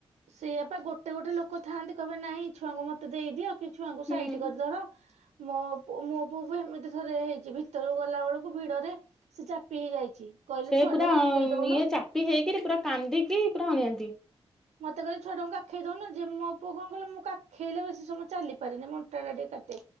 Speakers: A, on the right; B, in the centre.
A: ସେଇଆପ ଗୋଟେ ଗୋଟେ ଲୋକ ଥାଆନ୍ତି କହିବେ ନାହିଁ ଛୁଆଙ୍କୁ ମତେ ଦେଇଦିଅଉ କି ଛୁଆଙ୍କୁ
B: ହୁଁ।
A: ସାଇଟି କରିଦର ମୋ ମୋ ପୁଅ ବି ଏମିତି ଥରେ ହେଇଛି ଭିତରକୁ ଗଲା ବେଳକୁ ଭିଡ ରେ ସେ ଚାପି ହେଇଯାଇଛି କହିଲେ
B: ସେ
A: ଛୁଆଟାକୁ
B: ପୁରା
A: କାଖେଇ ଦଉନ
B: ଇଏ ଚାପି ହେଇକରି ପୁରା କାନ୍ଦିକି ପୁରା ହଣିଆନ୍ତି
A: ମତେ କହିଲ ଛୁଆାଙ୍କୁ କଖେଇ ଦଉୁ ନା ଯେ ମୋ ପୁଅ କଣ କହଲେ ମୁଁ କାେଇଲେ ବେଶୀ ସମୟ ଚାଲି ପାରେନି ମଣ୍ା ଟିକୋ